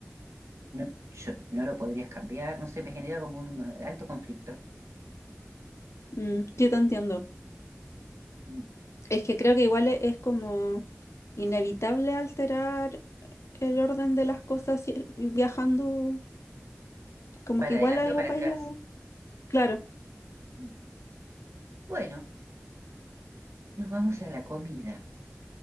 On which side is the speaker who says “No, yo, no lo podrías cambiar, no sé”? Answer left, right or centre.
Right